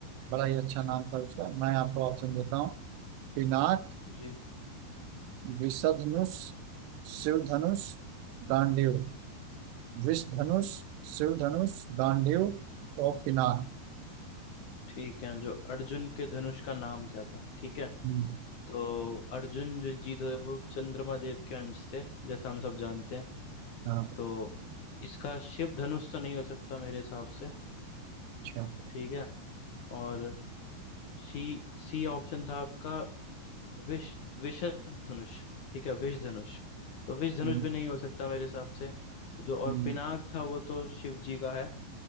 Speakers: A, on the right; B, on the left.
A: बड़ा ही अच्छा नाम था उसका मैं आपको ऑप्शन देता हूँ पिनाक
B: जी
A: विषधनुष शिव धनुष गांडीव विष धनुष शिव धनुष गांडीव और पिनाक
B: ठीक है जो अर्जुन के धनुष का नाम क्या था ठीक है
A: हम्म,
B: तो अर्जुन जो जी थे वो चंद्रमा देव के अंश थे जैसा हम सब जानते हैं
A: हाँ,
B: तो इसका शिव धनुष तो नहीं हो सकता मेरे हिसाब से
A: अच्छा
B: ठीक है और सी सी ऑप्शन था आपका विष विषध धनुष ठीक है विष धनुष तो विष धनुष
A: हम्म,
B: भी नहीं हो सकता मेरे हिसाब से जो और
A: हम्म,
B: पिनाक था वो तो शिव जी का है